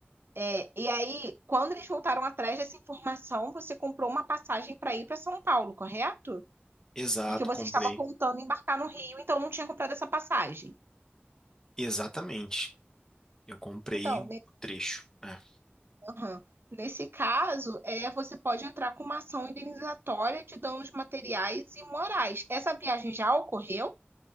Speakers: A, on the right; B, on the left.
A: É, E aí, quando eles voltaram atrás dessa informação, você comprou uma passagem para ir para São Paulo, correto?
B: Exato,
A: Porque você
B: comprei.
A: estava contando embarcar no Rio, então não tinha comprado essa passagem.
B: Exatamente. Eu comprei
A: Então,
B: o trecho. É.
A: Aham. Nesse caso, é, você pode entrar com uma ação indenizatória de danos materiais e morais. Essa viagem já ocorreu?